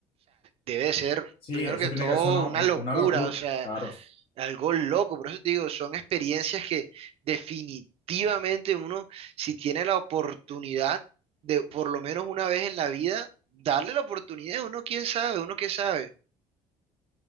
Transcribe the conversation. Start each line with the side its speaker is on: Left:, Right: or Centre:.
Right: Debe de ser,
Left: Sí,
Right: primero
Left: eso
Right: que
Left: tiene
Right: todo,
Left: que ser una,
Right: una locura,
Left: una locura,
Right: o sea,
Left: claro.
Right: algo loco. Por eso te digo, son experiencias que definitivamente uno, si tiene la oportunidad de por lo menos una vez en la vida, darle la oportunidad, uno quién sabe, uno qué sabe.